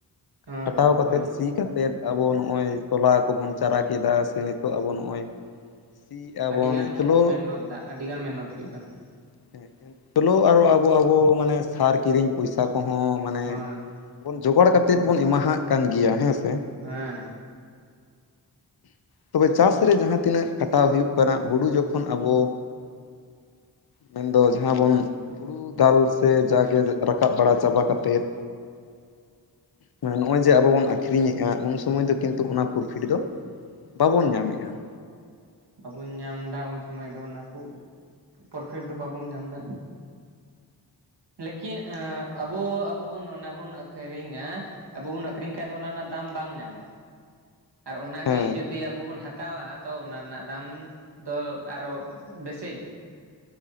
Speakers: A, on the right (about 70°); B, on the left (about 60°).
A: ᱦᱮᱸ
B: ᱠᱷᱟᱴᱟᱣ ᱠᱟᱛᱮᱫ,
A: ᱦᱳᱭ
B: ᱥᱤ ᱠᱟᱛᱮᱫ, ᱟᱵᱚ ᱱᱚᱜᱼᱚᱭ ᱛᱚᱞᱟ ᱠᱚᱵᱚᱱ ᱪᱟᱨᱟ ᱠᱮᱫᱟ ᱥᱮ ᱱᱤᱛᱚᱜ ᱟᱵᱚ ᱱᱚᱜᱼᱚᱭ ᱥᱤᱭ ᱮ
A: ᱟᱹᱰᱤ
B: ᱟᱵᱚᱱ
A: ᱜᱟᱱ ᱵᱚᱱ
B: ᱪᱚᱞᱚ
A: ᱢᱮᱦᱱᱚᱛ ᱫᱟ ᱟᱹᱰᱤ ᱜᱟᱱ ᱢᱮᱦᱱᱚᱛ ᱦᱩᱭᱩᱜ
B: ᱦᱮᱸ
A: ᱠᱟᱱᱟ
B: ᱦᱮᱸ ᱪᱚᱞᱚ ᱟᱨᱚ ᱟᱵᱚ ᱟᱵᱚ ᱢᱟᱱᱮ ᱥᱟᱨ ᱠᱤᱨᱤᱧ ᱯᱚᱭᱥᱟ ᱠᱚᱦᱚᱸ ᱢᱟᱱᱮ
A: ᱦᱳᱭ
B: ᱵᱚᱱ ᱡᱚᱜᱟᱲ ᱠᱟᱛᱮᱜ ᱵᱚᱱ ᱮᱢᱟᱦᱟᱜ ᱠᱟᱱ ᱜᱮᱭᱟ ᱦᱮᱸ ᱥᱮ
A: ᱦᱮᱸ
B: ᱛᱚᱵᱮ ᱪᱟᱥ ᱨᱮ ᱡᱟᱦᱟᱸ ᱛᱤᱱᱟᱹᱜ ᱠᱷᱟᱴᱟᱣ ᱦᱩᱭᱩᱜ ᱠᱟᱱᱟ ᱦᱩᱲᱩ ᱡᱚᱠᱷᱚᱱ ᱟᱵᱚ ᱢᱮᱱᱫᱚ ᱡᱟᱦᱟᱸ ᱵᱚᱱ ᱦᱩᱲᱩ ᱫᱟᱞ ᱥᱮ ᱡᱟᱜᱮ ᱨᱟᱠᱟᱵ ᱵᱟᱲᱟ ᱪᱟᱵᱟ ᱠᱟᱛᱮᱫ, ᱱᱚᱜᱼᱚᱭ ᱡᱮ ᱟᱵᱚ ᱵᱚᱱ ᱟᱠᱷᱨᱤᱧᱮᱜᱼᱟ ᱩᱱ ᱥᱩᱚᱢᱚᱭ ᱫᱚ ᱠᱤᱱᱛᱩ ᱚᱱᱟ ᱯᱨᱚᱯᱷᱤᱴ ᱫᱚ ᱵᱟᱵᱚᱱ ᱧᱟᱢᱮᱜᱼᱟ ᱾
A: ᱵᱟᱵᱚᱱ ᱧᱟᱢᱫᱟ ᱩᱱ ᱥᱚᱢᱚᱭ ᱫᱚ ᱚᱱᱟ ᱠᱚ ᱯᱨᱚᱯᱷᱤᱴ ᱫᱚ ᱵᱟᱵᱚᱱ ᱧᱟᱢ ᱫᱟ ᱾ ᱞᱮᱠᱤᱱ ᱟᱵᱚ ᱟᱵᱚ ᱵᱚᱱ ᱚᱱᱟ ᱵᱚᱱ ᱟᱹᱠᱷᱨᱤᱧᱟ ᱟᱵᱚ ᱵᱚᱱ ᱟᱹᱠᱷᱨᱤᱧ ᱠᱷᱟᱡ ᱫᱚ ᱚᱱᱟ ᱨᱮᱱᱟᱜ ᱫᱟᱢ ᱵᱟᱝ ᱧᱟᱢᱚᱜᱼᱟ ᱾ ᱟᱨ ᱚᱱᱟ
B: ᱦᱮᱸ
A: ᱜᱮ ᱡᱩᱫᱤ ᱟᱵᱚ ᱵᱚᱱ ᱦᱟᱛ ᱦᱟᱛᱟᱣᱟ ᱛᱚ ᱚᱱᱟ ᱨᱮᱱᱟᱜ ᱫᱟᱢ ᱫᱚ ᱟᱨᱚ ᱵᱮᱥᱤ ᱜᱮ ᱾